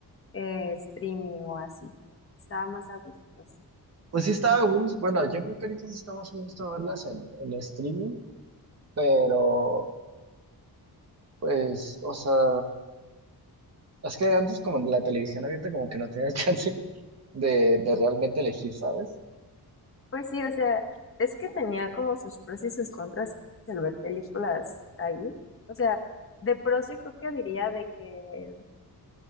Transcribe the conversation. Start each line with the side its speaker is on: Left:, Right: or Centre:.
Left: eh, streaming o así. Estaba más a gusto así.
Right: Pues sí estaba a gusto, bueno, yo creo que ahorita sí está más a gusto verlas en, en streaming, pero pues, o sea, es que antes como en la televisión abierta como que no tenías <laughs> chance de, de realmente elegir, ¿sabes?
Left: Pues sí, o sea, es que tenía como sus pros y sus contras el ver películas ahí. O sea, de pros yo creo que diría de que